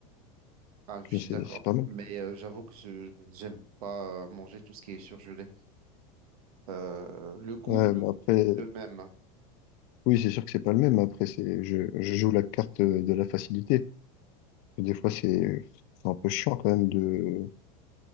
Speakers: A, on the right (about 75°); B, on the left (about 55°).
A: Ah, je
B: Je
A: suis
B: sais,
A: d'accord.
B: C'est pas mal.
A: Mais euh, j'avoue que je j'aime pas euh, manger tout ce qui est surgelé. Euh, le goût,
B: Ouais,
A: le
B: bah
A: goût
B: après,
A: n'est plus le même.
B: oui, c'est sûr que c'est pas le même. Après, c'est, je, je joue la carte euh, de la facilité. Des fois, c'est, c'est un peu chiant quand même de,